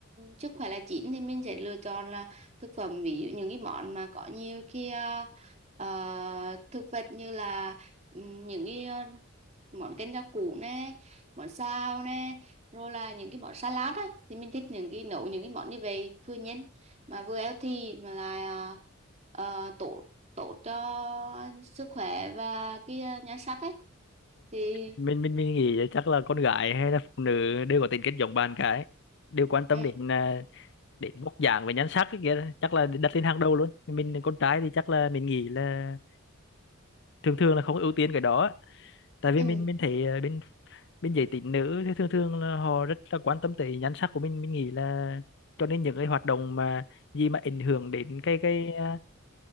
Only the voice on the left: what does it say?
mình mình mình nghĩ là chắc là con gái hay là phụ nữ đều có tính kết giống bạn cái đều quan tâm
đến à, đến vóc dáng và nhan sắc ấy kìa chắc là đặt lên hàng đầu luôn mình con trai thì chắc là mình nghĩ là thường thường là không ưu tiên cái đó tại vì
mình mình thấy à, bên bên giới tính nữ thì thường thường là họ rất là quan tâm tới nhan sắc của mình mình nghĩ là cho nên những cái hoạt động mà gì mà ảnh hưởng đến cái cái à,